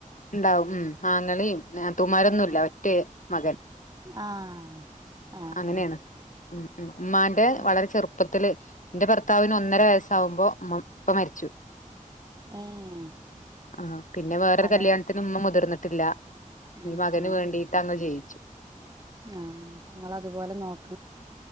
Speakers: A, on the left; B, on the right.
A: ഉണ്ടാവും ഉം ആങ്ങളീം നാത്തൂമ്മാരൊന്നുല്ലാ ഒറ്റ മകൻ.
B: ആഹ്. ആഹ്
A: അങ്ങനേണ്
B: ആഹ്
A: ഉം, ഉം ഉമ്മാന്റെ
B: ഉം
A: വളരെ ചെറുപ്പത്തില് ന്റെ ഭർത്താവിന് ഒന്നര വയസ്സാവുമ്പോ മ്മ ഇപ്പ മരിച്ചു.
B: ഏഹ്
A: ആഹ് പിന്നെ വേറൊരു
B: അപ്പം
A: കല്യാണത്തിന് മ്മ മുതിർന്നിട്ടില്ല.
B: ആഹ്
A: ഈ മകന്
B: ആഹ്
A: വേണ്ടീട്ടങ്ങ് ജീവിച്ചു.
B: ആഹ് അപ്പൊ ങ്ങളതുപോലെ നോക്ക